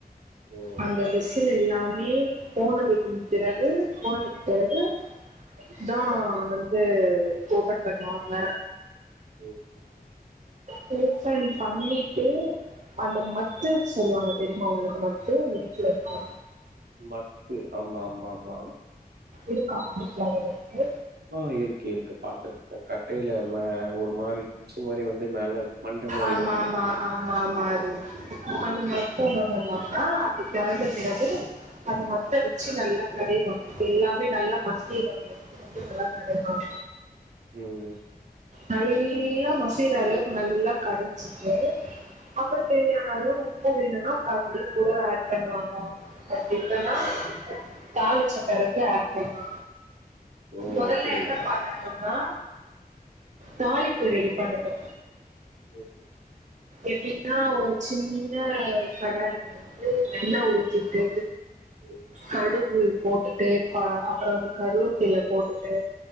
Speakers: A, on the right; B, on the right.
A: ஓ!
B: அந்த விசில் இல்லாம ஒல்லியே போனதுன் பிறகு போனதுக்கு பிறகுதா வந்து ஓப்பன் பண்ணுவாங்க
A: ம் உஹம் உஹம்
B: பேர்சன் பண்ணிட்டு அந்த மத்து சொல்லுவாங்க தெரியுமா உங்களுக்கு மத்து வீட்ல வீட்ல இருக்க
A: மத்து ஆமாமாமா
B: இருக்கா வீட்ல உங்களுக்கு
A: ஓ இருக்கு இருக்கு பாத்திருக்க கட்டைல ஒரு மாரி குச்சி மாரி வந்து மேல மண்ட மாரி
B: ஆமாமா
A: வருமே.
B: ஆம்மா மாரி அந்த மாரி தா <unintelligible> ஆ அப்டி <unintelligible> அது மட்டு வச்சு நல்லா கடை <unintelligible> எல்லாமே நல்லா <unintelligible>
A: ம்
B: நல்லா மசீரவு நல்லா கடைஞ்சிட்டு அப்றோ
A: ம்.
B: தேவயான அளவு உப்பு வேணுனா <unintelligible> கூடவே ஏட் பண்ணுவாங்க அப்டியில்லேனா
A: ம்.
B: தாலுச்சு தரத ஏட் பண்ணு
A: ஓ!
B: முதல்ல
A: அப்படிங்களா?
B: என்ன பண்ணனுனா தாளிப்பு ரெடி பண்ணனு
A: <inaudible>
B: எப்டின்னா ஒரு சின்ன கடாயல வந்து வெண்ணெ ஊத்திட்டு
A: ம்.
B: கடுக் ம் போட்டுட்டு பா அப்றோ வந்து கருவேப்பில போட்டுட்டு